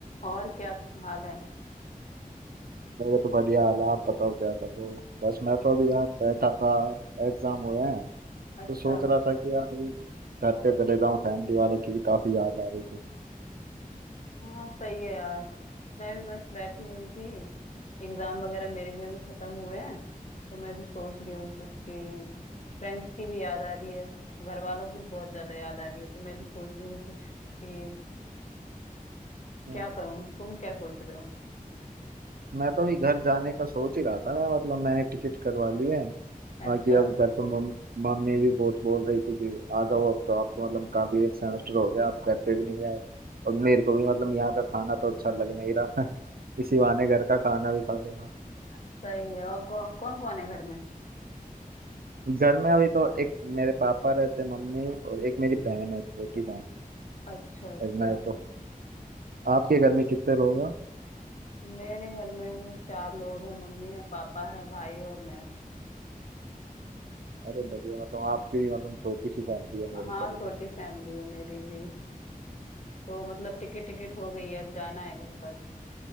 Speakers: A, on the left (about 50°); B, on the right (about 80°).
A: और क्या हाल है
B: मेरे तो बढ़िया हाल है आप बताओ क्या कर रहे हो बस मैं तो अभी यार बैठा था एग्जाम हुए हैं
A: अच्छा
B: तो सोच रहा था कि यार अभी घर पे चले जाऊं फैमिली वालों की भी काफी याद आ रही थी
A: हाँ सही है यार मैं भी बस बैठी हुई थी एग्जाम वगैरह मेरे भी अभी खत्म हुए हैं तो मैं भी सोच रही हूँ कुछ कि फ्रेंड्स की भी याद आ रही है घर वालों की बहुत ज्यादा याद आ रही है तो मैं भी सोच रही हूँ कुछ कि
B: हम्म।
A: क्या करूँ तुम क्या सोच रहे हो
B: मैं तो अभी घर जाने का सोच ही रहा था मैं मतलब मैंने टिकट करवा ली है
A: अच्छा
B: बाकी अब घर पे मम- मम्मी भी बहुत बोल रही थी कि आ जाओ अब तो आपको मतलब काफी एक सेमेस्टर हो गया आप घर पे भी नहीं आए और मेरे को भी मतलब यहाँ का खाना तो अच्छा लग नहीं रहा <laughs> इसी
A: अच्छा
B: बहाने घर का खाना भी खा लेना
A: सही है और कौ, कौन कौन है घर में
B: घर में अभी तो एक मेरे पापा रहते हैं, मम्मी और एक मेरी बहन है छोटी बहन
A: अच्छा अच्छा
B: और मैं तो आपके घर में कितने लोग हैं
A: मेरे घर में भी चार लोग हैं मम्मी है पापा है भाई है और मैं हूँ
B: अरे बढ़िया मतलब आपकी भी मतलब छोटी सी फैमिली है मेरी
A: हाँ
B: तरह
A: छोटी फैमिली है मेरी भी तो मतलब टिकट टिकट हो गई है अब जाना है घर पर